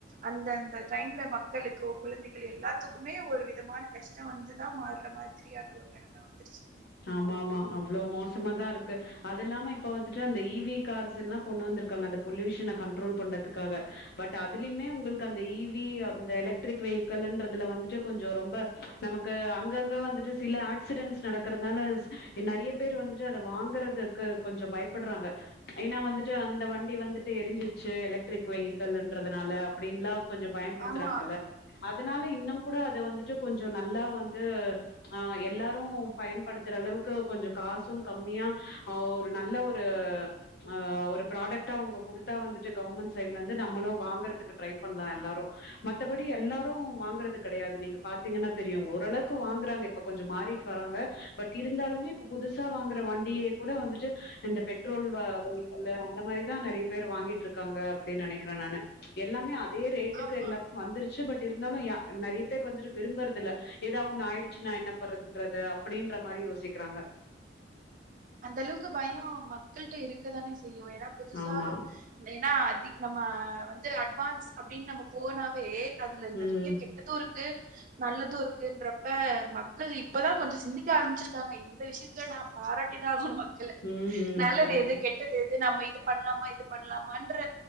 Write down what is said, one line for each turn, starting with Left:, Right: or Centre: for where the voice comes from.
Right: அந்த அந்த டைம்ல மக்களுக்கு குழந்தைகள் எல்லாத்துக்குமே ஒரு வித் விதமான கஷ்டம் வந்துதான் மாறுற மாதிரியான ஒரு நெலம வந்துருச்சு
Left: ஆமா ஆமா அவ்ளோ மோசமாதான் இருக்கு அது இல்லாம இப்ப வந்துட்டு அந்த இவி கார்ஸ் எல்லாம் கொண்டு வந்திருக்காங்க அந்த பொல்யூஷனை கண்ட்ரோல் பண்றதுக்காக பட் அதுலயுமே உங்களுக்கு அந்த இவி அந்த எலக்ட்ரிக் வெஹிக்கல்ன்றதுல வந்துட்டு கொஞ்சம் ரொம்ப நமக்கு அங்கங்க வந்துட்டு சில ஆக்சிடென்ஸ் நட இருக்கறால நிறைய பேர் வந்துட்டு அதை வாங்கறதுக்கு கொஞ்சம் பயப்படுறாங்க ஏன்னா வந்துட்டு அந்த வண்டி வந்துட்டு எரிஞ்சிருச்சு எலக்ட்ரிக் வெஹிக்கல்ன்றதுனால அப்டின்லா கொஞ்சம் பயம்புடுத்துறாங்க
Right: ஆமா
Left: எல்லா அதனால இன்னும் கூட அதை வந்துட்டு கொஞ்சம் நல்லா வந்து ஆ எல்லாரும் பயன்படுத்துற அளவுக்கு கொஞ்சம் காசும் கம்மியா ஆ ஒரு நல்ல ஒரு ஆ ஒரு ப்ராடக்டா அவுங்க குடுத்தா வந்துட்டு கவர்மெண்ட் சைட்ல இருந்து நம்மளும் வாங்கறதுக்கு ட்ரை பண்ணலாம் எல்லாரும் மத்தபடி எல்லாரும் வாங்குறது கிடையாது நீங்க பாத்தீங்கன்னா தெரியும் ஓரளவுக்கு வாங்குறாங்க இப்ப கொஞ்சம் மாறிட்டு வராங்க பட் இருந்தாலுமே இப்ப புதுசா வாங்கற வண்டியே கூட வந்துட்டு இந்த பெட்ரோல் வெஹிக்கலு அந்த மாரிதான் நிறைய பேர் வாங்கிட்டு இருக்காங்க அப்டின்னு நினைக்கிறேன் நானு எல்லாமே அதே ரேட்டுக்கு
Right: ஆமா
Left: எல்லாமே வந்துருச்சு பட் இருந்தாலும் நிறைய பேர் வந்துட்டு விரும்புறதில்ல ஏதாவ் ஒண்ணு ஆயிடுச்சுனா என்ன பண்றது அப்டின்ற மாரி யோசிக்கிறாங்க
Right: அந்த அளவுக்கு பயம் மக்களிட்ட இருக்கதானே செய்யும் ஏன்னா புதுசா
Left: ஆமா
Right: ஏன்னா அதிக நம்ம வந்து அட்வான்ஸ் அப்டின்னு நம்ம போனாவே அதுல
Left: ம்
Right: நிறைய கெ ட்டதும் இருக்கு நல்லதும் இருக்குன்றப்ப மக்கள் இப்பதான் கொஞ்சம் சிந்திக்க ஆரம்பிச்சிருக்காங்க இந்த விஷயத்துல நான் பாராட்டிதான் ஆகனும் மக்கள
Left: ம் ம்
Right: நல்லது
Left: கரெக்ட்டு
Right: எது கெட் ட்டது எது நம்ம இது பண்லாமா இது பண்லாமான்ற